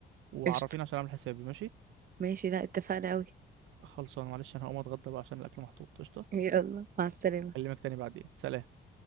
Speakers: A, on the right; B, on the right.
A: وعرفيني
B: قشطة
A: عشان اعمل حسابي ماشي
B: ماشي لا اتفقنا قوي
A: خلصان معلش انا هقوم اتغدى بقى عشان الاكل محطوط قشطه
B: <laughs> يلا مع السلامة
A: اكلمك تاني بعدين سلام